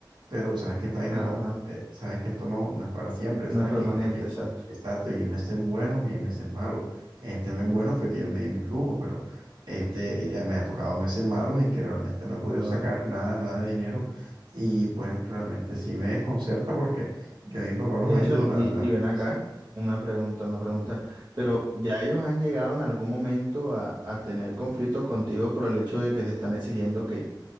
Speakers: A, on the right; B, on the right.
A: pero sabes que esta vaina
B: claro,
A: no,
B: claro.
A: eh, sabes que esto no, no es para siempre,
B: No
A: sabes
B: es permanente,
A: que, hay que
B: exacto,
A: exacto, hay meses buenos y hay meses malos. Este mes bueno fue que yo me di mis lujos, pero este, ya me han tocado meses malos en que realmente no he podido
B: claro.
A: sacar nada, nada de dinero y pues realmente sí me desconcerta porque yo a mi papá los
B: Jason,
A: ayudo, la
B: y,
A: verdad.
B: y ven acá,
A: Sí.
B: una pregunta, una pregunta. Pero ¿ya ellos han llegado en algún momento a, a tener conflictos contigo por el hecho de que te están exigiendo que,